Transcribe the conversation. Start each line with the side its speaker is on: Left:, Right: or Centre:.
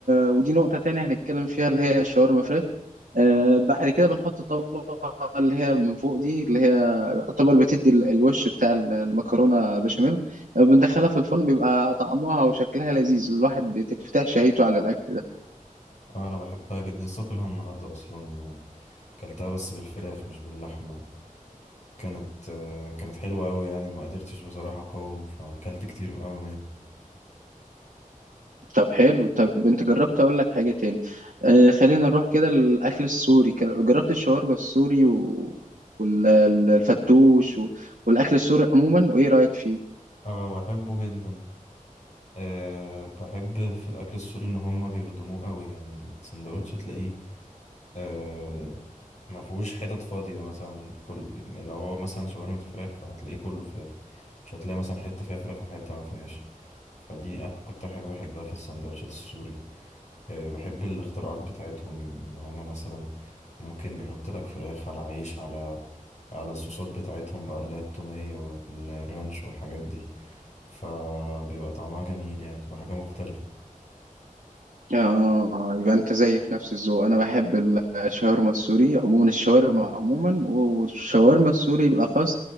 Right: ودي نقطه تانية هنتكلم فيها اللي هي الشاورما فراخ آه بعد كده بنحط الطبقة اللي هي من فوق دي اللي هي يعتبر بتدي ال- الوش بتاع ال- المكرونة بشاميل آه، بندخلها في الفرن بيبقى طعمها وشكلها لذيذ الواحد بتتفتح شهيته على الأكل ده
Left: آه، أنا بحبها جدا لسه واكلها النهاردة أصلا كلتها بس بالفراخ مش باللحمة كانت آه، كانت حلوة أوي يعني ما قدرتش بصراحة أقاوم فأكلت كتير أوي منها
Right: طب حلو طب انت جربت اقول لك حاجة تاني آه خلينا نروح كده للأكل السوري ك- جربت الشاورما السوري و... والفتوش و... والأكل السوري عموما وإيه رأيك فيه؟
Left: اه بحبه جدا أه بحب في الأكل السوري إن هما بيخدموه أوي يعني السندوتش تلاقيه آه ما فيهوش حتت فاضية مثلا كل لو هو مثلا شاورما فراخ فهتلاقيه كله فراخ مش هتلاقي مثلا حتة فيها فراخ وحتة ما فيهاش فدي أك- أكتر حاجة بحبها في السندوتشات السوري آه بحب الاختراعات بتاعتهم إن هما مثلا ممكن بيحط لك فراخ على عيش على على الصوصات بتاعتهم بقى اللي هي التومية والرانش والحاجات دي فبيبقى طعمها جميل يعني بتبقى حاجة مختلفة
Right: اه يبقى انت زي في نفس الذوق انا بحب ال- الشاورما السوري عموما الشاورما عموما والشاورما السوري بالاخص